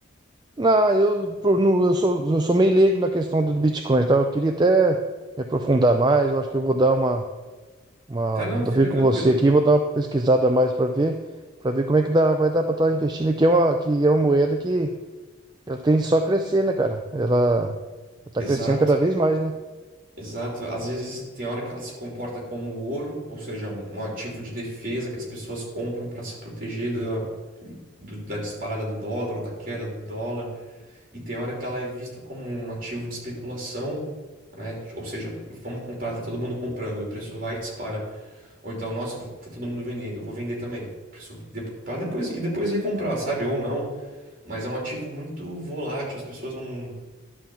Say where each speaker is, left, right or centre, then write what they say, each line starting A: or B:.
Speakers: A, on the right; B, on the right.
A: Não, eu, por- não, eu sou, eu sou meio leigo na questão do Bitcoin, tá? Eu queria até me aprofundar mais. Eu acho que eu vou dar uma, uma,
B: Tá, não,
A: vou
B: fica
A: ver com
B: tranquilo.
A: você aqui, vou dar uma pesquisada a mais para ver, para ver como é que dá, vai dar para estar investindo que é uma, que é uma moeda que ela tem só crescer, né, cara? Ela está
B: Exato,
A: crescendo cada vez mais, né?
B: exato. Às vezes tem hora que ela se comporta como ouro, ou seja, um, um ativo de defesa que as pessoas compram para se proteger da, do- da disparada do dólar ou da queda do dólar. E tem hora que ela é vista como um ativo de especulação, né? Ou seja, vamos comprar, tá todo mundo comprando e o preço vai e dispara. Ou então, nossa, vou- tá todo mundo vendendo, eu vou vender também. Preço de- Pra depois e depois recomprar, sabe? Ou não. Mas é um ativo muito volátil, as pessoas não.